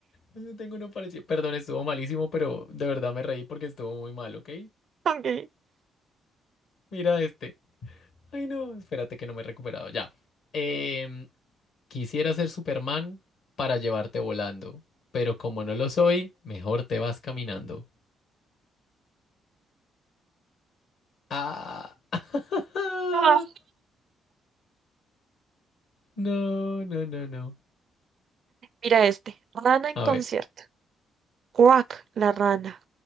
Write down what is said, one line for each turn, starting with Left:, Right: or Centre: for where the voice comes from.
Left: Sí, Tengo uno parecido. Perdón, estuvo malísimo, pero de verdad me reí porque estuvo muy mal, ¿ok?
Right: Ok.
Left: Mira este. Ay, no, espérate que no me he recuperado. Ya. Em, quisiera ser Superman para llevarte volando, pero como no lo soy, mejor te vas caminando. Ah, <laughs> ah,
Right: Ah.
Left: no, no, no, no.
Right: Mira este. Rana en
Left: A
Right: concierto.
Left: ver.
Right: Cuac, la rana.